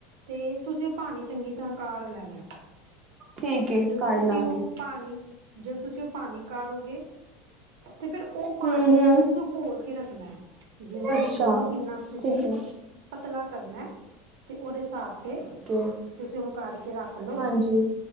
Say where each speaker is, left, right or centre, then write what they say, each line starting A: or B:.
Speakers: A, on the right; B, on the right.
A: ਤੇ ਤੁਸੀਂ ਉਹ ਪਾਣੀ ਚੰਗੀ ਤਰ੍ਹਾਂ ਕਾਢ ਲੈਣਾ
B: ਠੀਕ ਹੈ
A: ਜਦੋਂ
B: ਕਰ
A: ਤੁਸੀਂ
B: ਲਾਂਗੇ
A: ਉਹ ਪਾਣੀ ਜਦੋਂ ਤੁਸੀਂ ਉਹ ਪਾਣੀ ਕੜੋਗੇ ਤੇ ਫੇਿਰ ਉਹ ਪਾਣੀ
B: ਹੂੰ ਹੂੰ
A: ਨਾਲ ਤੁਸੀਂ ਉਹ ਘੋਲ ਕੇ ਰੱਖਣਾ ਹੈ ਜਿਵੇਂ ਤੁਸੀਂ
B: ਅੱਛਾ
A: ਦੇਖਲਓ ਕਿੰਨਾ ਕੁ ਤੁਸੀਂ
B: ਠੀਕ ਹੈ
A: ਪਤਲਾ ਕਰਨਾ ਤੇ ਉਹਦੇ ਹਿਸਾਬ ਨਾਲ ਤੇ
B: ਠੀਕ ਹੈ
A: ਤੁਸੀਂ ਉਹਨੂੰ ਕਢ ਕੇ ਰੱਖ ਲਓ
B: ਹਾਂਜੀ